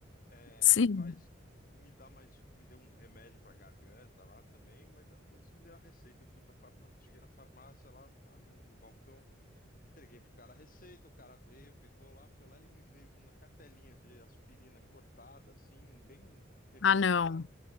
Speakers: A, on the left; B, on the left.
A: É,
B: Sim.
A: faz, me dá mais, me deu um remédio para garganta lá também, mas ela falou assim, me deu a receita, eu fui para farmácia. Cheguei na farmácia lá, tá, no, no balcão, entreguei pro cara a receita, o cara veio, pegou lá, foi lá, ele me veio com uma cartelinha de aspirina cortada, assim, bem recortada,
B: Ah, não.